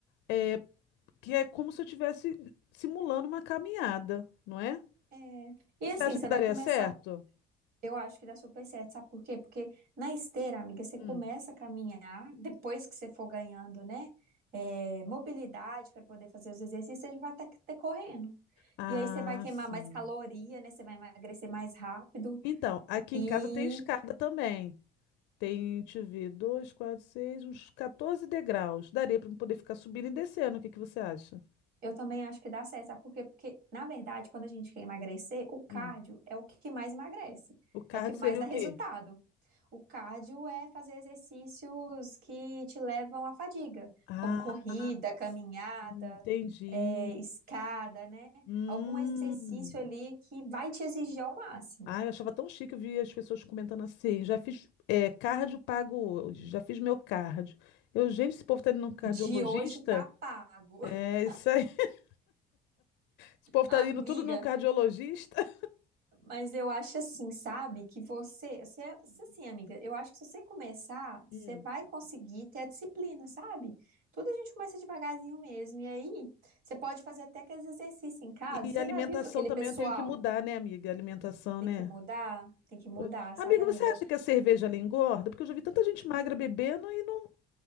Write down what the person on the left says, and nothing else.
é, que é como se eu estivesse simulando uma caminhada, não é?
Você
acha
que daria
certo?
Hum.
Ah,
sim.
Então, aqui
em casa tem escada também. Tem, deixa eu ver, dois, quatro, seis, uns 14 degraus. Daria para poder ficar subindo e descendo. O que que você acha?
Hum.
O card
seria
o
quê?
Ah,
sim, entendi.
Hum.
Ah, eu achava tão chique, eu vi as pessoas comentando assim. Já fiz é, cardio pago hoje, já fiz meu cardio. Eu, gente, esse povo tá indo num cardiologista?
É
isso aí. <laughs> Esse povo tá
indo tudo num cardiologista.
Hum.
E
alimentação
também
eu tenho que mudar, né, amiga? Alimentação,
né?
Pois- Amiga,
você acha que a cerveja ela engorda? Porque eu já vi tanta gente magra bebendo e não.